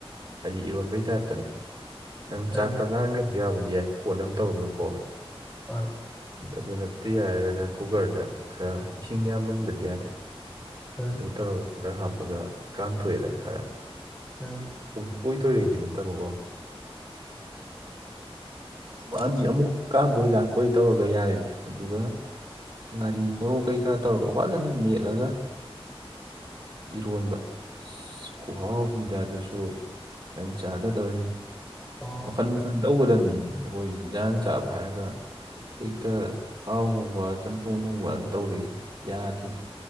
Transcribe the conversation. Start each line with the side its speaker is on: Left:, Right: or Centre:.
Right: ꯍꯥꯏꯗꯤ ꯏꯔꯣꯟꯕꯩ ꯇꯥꯏꯞꯇꯅꯦ ꯅꯪ ꯆꯥꯛꯇ
Centre: ꯑꯪ
Right: ꯉꯥꯡꯈ꯭ꯔꯁꯨ ꯌꯥꯕꯨꯗꯤ ꯌꯥꯏ ꯀꯣꯟ ꯑꯃ ꯇꯧꯔꯒꯀꯣ
Centre: ꯍꯣꯏ
Right: ꯑꯗꯨ ꯅꯠꯇꯦ ꯍꯥꯏꯔꯒꯅ ꯀꯨꯀꯔꯗ ꯈꯔ ꯏꯁꯤꯡ ꯌꯥꯝ ꯃꯨꯟꯕꯗꯤ ꯌꯥꯗꯦ
Centre: ꯑꯪ
Right: ꯑꯗꯨ ꯇꯔꯣ ꯈꯔ ꯍꯥꯞꯄꯒ ꯀꯥꯝꯊꯣꯛꯑꯦꯗ ꯍꯥꯏꯔꯞ
Centre: ꯎꯝ
Right: ꯄꯨꯡ ꯀꯅꯤꯊꯣꯏꯗꯩꯗꯤ ꯅꯠꯇꯕꯀꯣ ꯃꯥꯗꯤ ꯑꯃꯨꯛ ꯀꯥꯝꯕꯣꯏ ꯂꯥꯛꯄꯣꯏ ꯇꯧꯔꯒ ꯌꯥꯔꯦꯗ ꯑꯗꯨꯒ ꯒꯥꯔꯤ ꯃꯣꯛ ꯀꯩ ꯀꯔꯥ ꯇꯧꯔꯒ ꯋꯥꯖꯅ ꯃꯦꯠꯂꯒ ꯏꯔꯣꯟꯕ ꯈꯨꯍꯥꯎꯅꯤꯗ ꯑꯗꯨꯁꯨ ꯅꯟ ꯆꯥꯗꯗꯧꯔꯤꯅꯤ
Centre: ꯑꯣ
Right: ꯃꯈꯟ ꯃꯈꯟ ꯇꯧꯒꯗꯕꯅꯤꯅꯤ ꯑꯩꯈꯣꯏ ꯌꯦꯟꯁꯥꯡ ꯆꯥꯕ ꯍꯥꯏꯔꯒ ꯍꯦꯛꯇ ꯊꯥꯎ ꯉꯧꯕ ꯆꯝꯊꯣꯡ ꯊꯣꯡꯕ ꯇꯧꯔꯛꯏ ꯌꯥꯗꯦꯅꯤ